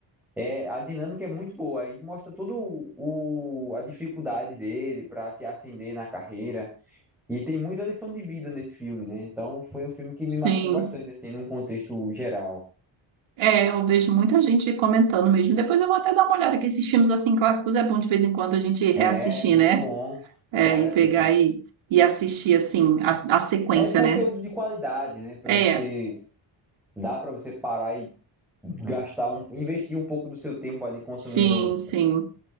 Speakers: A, in the centre; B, on the right (about 85°).
A: É, a dinâmica é muito boa, aí mostra todo o, a dificuldade dele para se ascender na carreira e tem muita lição de vida nesse filme, né? Então foi um filme que me
B: Sim.
A: marcou bastante assim, num contexto geral.
B: É, eu vejo muita gente comentando mesmo. Depois eu vou até dar uma olhada, que esses filmes assim clássicos é bom de vez em quando a gente reassistir,
A: É muito
B: né?
A: bom,
B: É,
A: vale
B: e
A: a
B: pegar
A: pena.
B: e, e assistir assim a, a sequência,
A: É o conteúdo
B: né?
A: de qualidade, né? Para
B: É,
A: você dá para você parar e gastar um, investir um pouco do seu tempo ali consumindo
B: sim,
A: um-
B: sim,